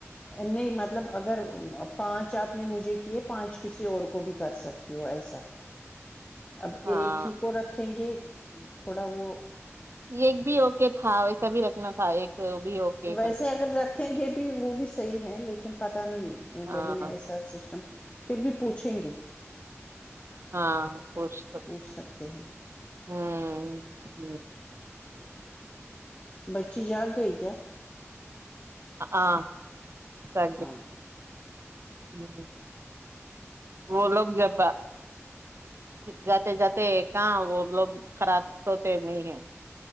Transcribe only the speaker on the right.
ہاں
ایک بھی اوکے تھا ویسا بھی رکھنا تھا ایک بھی اوکے کر
کے
ہاں
ہاں خوش تو
ہوں ہ
آ سے
ہ <unintelligible> وہ لوگ جب جاتے جاتے کہاں وہ لوگ خراب سوتے نہیں ہیں